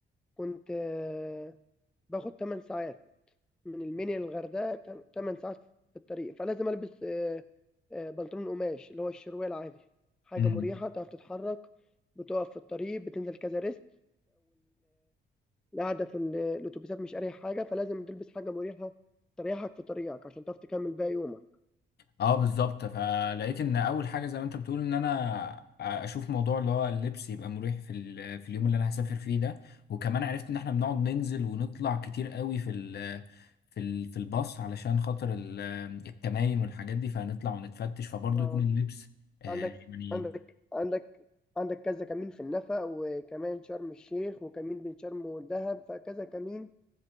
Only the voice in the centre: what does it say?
كنت آه، باخد 8 ساعات من المنيا للغردقه 8 ساعات في الطريق فلازم البس آه، آه، بنطلون قماش اللي هو الشروال عادي حاجه
مريحه تعرف تتحرك بتقف في الطريق بتنزل كذا ريست القعدة في ال- الأتوبيسات مش أريح حاجة فلازم تلبس حاجة مريحة تريحك في طريقك عشان تعرف تكمل باقي يومك
اه
عندك
عندك عندك عندك كذا كمين في النفق وكمان شرم الشيخ وكمين بين شرم والدهب فكذا كمين